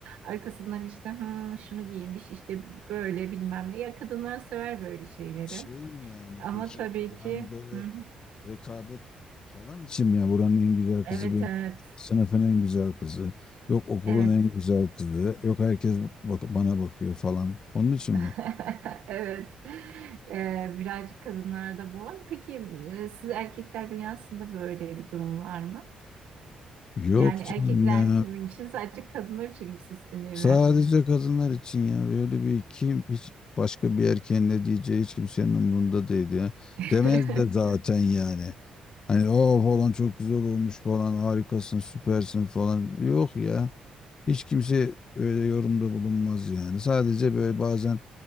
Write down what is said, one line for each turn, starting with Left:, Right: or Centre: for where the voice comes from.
Right: Arkasından işte "Hmm, şunu giymiş işte böyle bilmem ne. Ya kadınlar sever böyle şeyleri.
Left: Şey mi yani
Right: Ama
Left: peki?
Right: tabii
Left: Yani
Right: ki
Left: böyle
Right: hı hı.
Left: rekabet falan için mi ya buranın en güzel
Right: evet
Left: kızı benim.
Right: evet
Left: işte Sınıfın en güzel kızı. Yok okulun
Right: evet
Left: en güzel kızı. Yok herkes bak bana bakıyor falan. Onun için
Right: <laughs>
Left: mi?
Right: Evet. Ee, birazcık kadınlarda bu var. Peki e, siz erkekler dünyasında böyle bir durum var mı?
Left: Yok
Right: Yani erkekler
Left: canım ya.
Right: kimin için sadece kadınlar için mi süslenirler?
Left: Sadece kadınlar için ya. Böyle bir kim hiç başka bir erkeğin ne diyeceği hiç kimsenin umurunda değil ya.
Right: <laughs>
Left: Demez de zaten yani. Hani o falan çok güzel olmuş falan harikasın süpersin falan. Yok ya. Hiç kimse öyle yorumda bulunmaz yani. Sadece böyle bazen